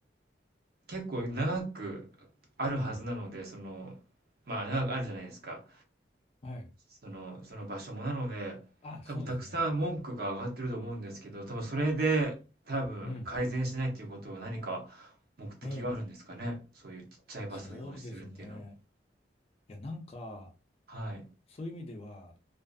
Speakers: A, on the right; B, on the left.
A: 結構長くあるはずなので、
B: い、うん、
A: その、まあ長くあるじゃないですか。
B: はい。
A: その、その場所も。なので、
B: あ、
A: 多分たくさん文句が上がってると思うんですけど、
B: そうですね。
A: 多分それで、多分改善しないっていうことは何か
B: うん、
A: 目的があるんですかね。
B: うん。
A: そういうちっちゃいバスを用意するっていうのは。
B: そうですね。いや、なんか、
A: はい。
B: そういう意味では、